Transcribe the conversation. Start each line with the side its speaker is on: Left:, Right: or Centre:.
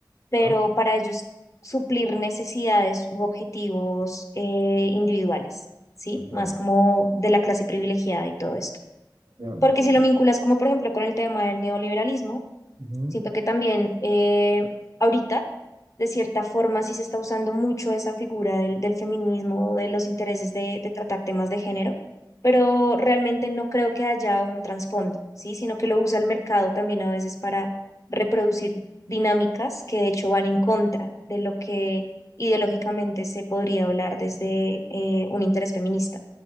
Left: pero
Right: ya,
Left: para ellos suplir necesidades u objetivos eh, individuales, ¿sí?
Right: entiendo,
Left: Más como de la clase privilegiada y todo esto.
Right: entiendo,
Left: Porque
Right: entiendo,
Left: si lo vinculas como por ejemplo con el tema del neoliberalismo,
Right: Ujú,
Left: Siento que también eh, ahorita, de cierta forma, sí se está usando mucho esa figura del, del feminismo, de los intereses de, de tratar temas de género, pero realmente no creo que haya un trasfondo, ¿sí? Sino que lo usa el mercado también a veces para reproducir dinámicas que de hecho van en contra de lo que ideológicamente se podría hablar desde eh, un interés feminista.